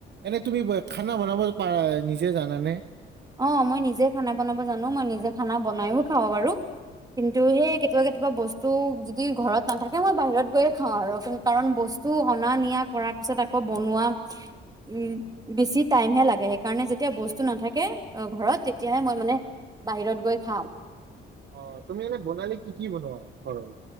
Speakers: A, on the right; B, on the right.
A: এনে তুমি ব খানা বনাব পাৰা নিজে জানানে?
B: অ', মই নিজে খানা বনাব জানো মই নিজে খানা বনাইও খাওঁ বাৰু কিন্তু সেই কেতিয়াবা কেতিয়াবা বস্তু যদি ঘৰত নাথাকে মই বাহিৰত গৈয়ে খাওঁ আৰু কাৰণ বস্তু অনা নিয়া কৰাৰ পিছত আকৌ বনোৱা উম, বেছি টাইমহে লাগে সেইকাৰণে যেতিয়া বস্তু নাথাকে অ', ঘৰত তেতিয়াহে মই মানে বাহিৰত গৈ খাওঁ।
A: অ', তুমি এনে বনালি কি কি বনোৱা? ঘৰত?